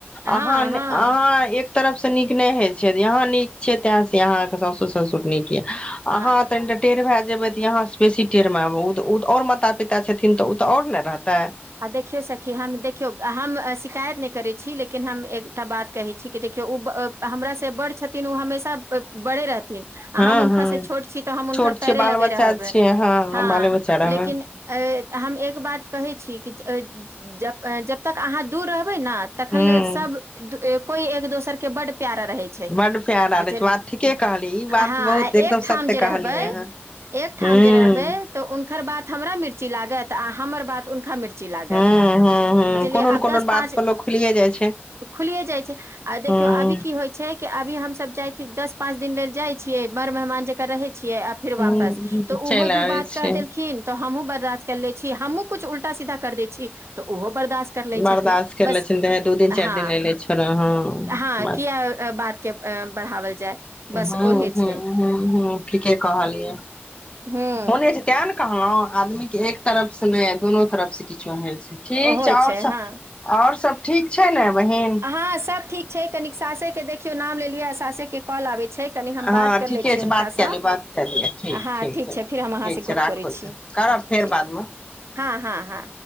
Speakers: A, on the right; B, on the left.
A: हँ
B: अहाँ
A: हँ
B: अहाँ तरफ से नीक नहि होय छै यहाँ नीक छै तें से यहाँ सासुर ससुर नीक य
A: हँ
B: अहाँ कनिटा टेढ़ भए जेबै तऽ यहां से बेसी टेढ़ मे उ त उ त और माता पिता छथिन तऽ उ तऽ ओर ने रहते
A: आ देखियौ सखी हाम देखियौ हम शिकायत नहि करैत छी लेकिन हम एकटा बात कहैत छी कि देखियौ ओ ‌त हमरा से बड़ छथिन ओ हमेशा बड़े रहथिन आ
B: हँ
A: हम हुनकासँ
B: हँ
A: छोट छी तऽ हम हुनकर
B: छोट छियै
A: पैरे
B: बाल
A: लगे
B: बच्चा
A: रहबै
B: छियै
A: हँ
B: बाले बच्चा रहबै
A: लेकिन अ हम एक बात कहै छी कि ज जब तक अहाँ दूर रहबे ने तखन
B: ह
A: ले सब कोई एक दोसर के बड प्यारा रहे छै छै
B: बड प्यार आर
A: बुझ‌‌
B: छै बात ठीके कहलियै ई बात
A: अ हां
B: बहुत एकदम
A: एक ठाम
B: सत्य
A: जे
B: कहलियै
A: रहबय
B: अहाँ
A: एकठाम
B: ह
A: जे रहबै तऽ उनकर बात हमरा मिर्ची लागत आ हमर बात हुनका मिर्ची चि लागत
B: ह
A: के
B: ह ह
A: बुझलियै
B: कोनो ने
A: आब
B: कोनो
A: दस
B: बात
A: पाँच
B: पर लोक खुलिये जाइ छै
A: खुलिये जाइ छै आ देखियौ
B: ह
A: अभी की होइ छै छै कि अभी हमसब जाइ छीय दश पाँच दिन लेल जाइ छियै बड़ मेहमान जका रहै छियै आब फेर
B: ह
A: वापस त
B: चलि
A: ओहो दू
B: आबै
A: बात
B: छी
A: क
B: ह
A: देलखिन तऽ हमहुँ बर्दास्त कर ले छी हमहूँ कु उल्टा सीधा कर दै छीय तऽ ओहो बर्दाश्त कर लै
B: बर्दाश्त
A: छथिन
B: करि
A: बस
B: लै छै दू दिन चारि
A: हँ
B: दिन एले छोड़ो हँ
A: हँ
B: बात
A: किया अ बात के अ बढ़ावल जाय बस
B: हू
A: ओहे
B: हू
A: छै
B: ह हू ठीके कहलियै
A: ह
B: होने छै तै ने कहलहु आदमी के एक तरफ से ने दुनू तरफ से किछो हे ठीक
A: होइ
B: छै ओर सब
A: हँ
B: ओर सब ठीक छै ने बहिन
A: हँ सब ठीक छै कनी सासे के देखियौ नाम लेलियै आ सासे के कॉल आबै छै कनि हम
B: हँ
A: बात कर
B: ठीके
A: लै छियै
B: छै
A: हुनकासँ
B: बात के लिय बात के लियै ठीक
A: हँ
B: ठीक छै ठीक
A: फेर हम अहाँ से
B: छै
A: गप
B: राखो
A: करै छी
B: से करब फेर
A: ठीक
B: बादमे
A: हँ हँ हँ